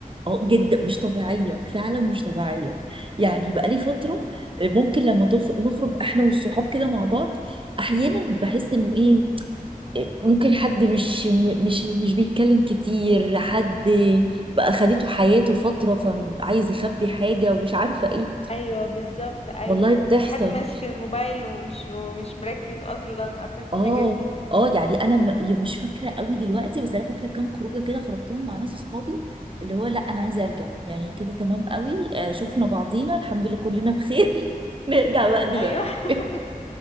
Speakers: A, on the right (about 35°); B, on the left (about 45°).
A: اه جدا مش طبيعية فعلا مش طبيعية يعني بقالي فترة آه، ممكن لما تخ... نخرج احنا والصحاب كده مع بعض احيانا بحس ان ايه آه، ممكن حد مش م- مش مش بيتكلم كتير حد بقى خدته حياته فترة فعايز يخبي حاجة ومش عارفة ايه
B: ايوه بالظبط ايوه
A: والله بتحصل
B: حد ماسك الموبايل ومش ومش مركز اصلا عارفه انت
A: اه
B: الحاجات دي
A: اه يعني انا
B: امم
A: م- يا مش فاكره قوي دلوقتي بس انا فاكره كام خروجه كده خرجتهم مع ناس اصحابي اللي هو لا انا عايزه ارجع يعني كده تمام قوي آه، شفنا بعضينا الحمد لله كلنا بخير <laughs> نرجع بقى دلوقتي
B: ايوه
A: <laughs>
B: <laughs>